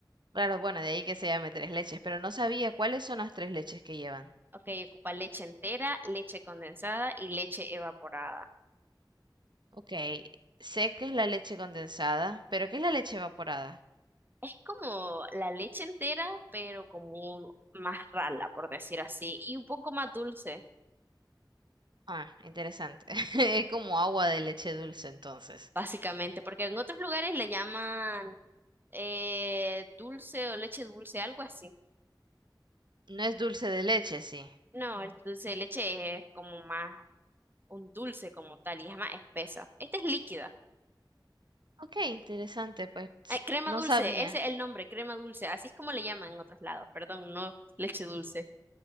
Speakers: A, on the right; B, on the right.
A: Claro, bueno, de ahí que se llame tres leches, pero no sabía cuáles son las tres leches que llevan.
B: Ok, ocupa leche entera, leche condensada y leche evaporada.
A: Ok, sé que es la leche condensada, pero ¿qué es la leche evaporada?
B: Es como la leche entera, pero como un- más rala, por decir así, y un poco más dulce.
A: Ah, interesante. <laughs> Es como agua de leche dulce entonces.
B: básicamente, porque en otros lugares le llaman eh, dulce o leche dulce, algo así.
A: No es dulce de leche, sí.
B: No, el dulce de leche es como más un dulce como tal y es más espesa. Esta es líquida.
A: Ok, interesante, pues s-
B: Ay, crema
A: no
B: dulce,
A: sabía.
B: ese es el nombre, crema dulce, así es como le llaman en otros lados, perdón, no leche dulce,